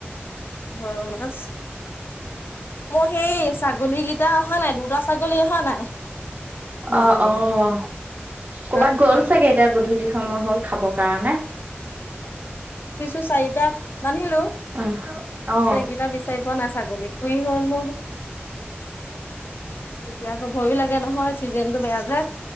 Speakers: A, on the left; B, on the right.
A: ঘৰৰ মাছ মই সেই ছাগলীকেইটা অহা নাই, দুটা ছাগলী অহা নাই দুজনী
B: অ', অ', কৰ'বাত
A: তাৰপিছত
B: গ'ল চাগে, এতিয়া গধূলি সময় হল খাবৰ কাৰণে
A: চাৰিতা বান্ধিলো
B: অ অ
A: তাৰপিছত, ইকেইটা বিচাৰি পোৱা নাই, ছাগলী কি হল - এতিয়া আকৌ ভয় লাগে নহয় চিজনেন টো বেয়া যে